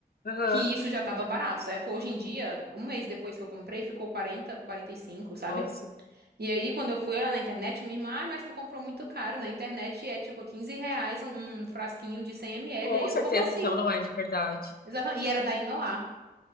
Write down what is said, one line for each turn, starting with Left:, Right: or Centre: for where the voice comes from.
Left: Aham.
Right: Que isso já tava barato, certo? Hoje em dia, um mês depois que eu comprei, ficou quarenta quarenta e cinco sabe?
Left: Nossa.
Right: E aí, quando eu fui olhar na internet, a minha irmã, ah, mas tu comprou muito caro na internet e é tipo 15 reais um, um frasquinho de 100 ml.
Left: Com
Right: Aí eu,
Left: certeza,
Right: como assim?
Left: então, não é de verdade.
Right: Exatamente. E era da Inoar.